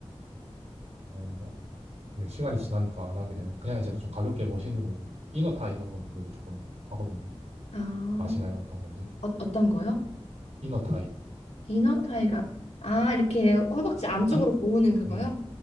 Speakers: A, on the right; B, on the left.
A: 어, 네, 시간이 지나니까 안 하게 되는 그냥 이제 좀 가볍게 머신으로 이너 타이 이런 거는 그래도 조금 하거든요.
B: 아,
A: 아시나요? 어떤 건지?
B: 어, 어떤 거요?
A: 이너 타이.
B: 이너 타이가 아 이렇게 허벅지 안쪽으로
A: 안,
B: 모으는 그거요?
A: 네.